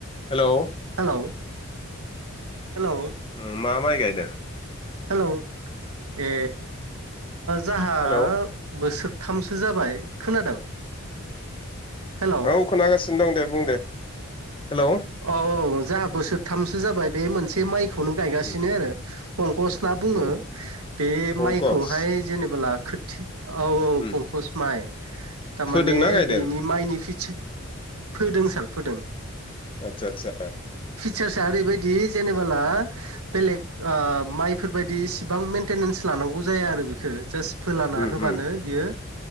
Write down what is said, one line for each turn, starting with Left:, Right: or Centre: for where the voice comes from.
Left: हेल'
Right: औ हेलौ
Left: उम मा माइ गायदों
Right: हेलौ ओ ए जोहा
Left: हेलौ
Right: बोसोर थामसो जाबाय खोनादों हेलौ
Left: औ खोनागासिनो दं दे बुं दे हेलौ
Right: औ औ जोंहा बोसोरथामसो जाबाय बे मोनसे माइ खौनो गायगासिनो
Left: उम
Right: आरो पंकस होनना बुङो
Left: उम
Right: बे
Left: पंकस
Right: माइखौहाय जेनेबोला खोथि औ औ
Left: उम
Right: पंकस माइ थारमाने
Left: फोदोंना गायदों
Right: बेनि माइनि फिचार फोदों सार फोदों
Left: आतसा आतसा
Right: साया ओरैबायदि जेनेबोला बेलेग माइफोर बायदि इसिबां मेेनटेनेन्स लानांगौ जाया आरो बेखौ जास्ट फोलाना
Left: उम
Right: होबानो
Left: उम
Right: बियो।